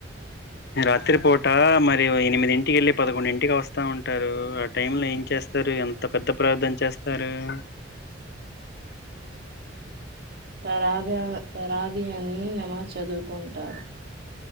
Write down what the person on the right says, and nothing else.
పరాగ పరాగి అని నమాజ్ చదువుకుంటారు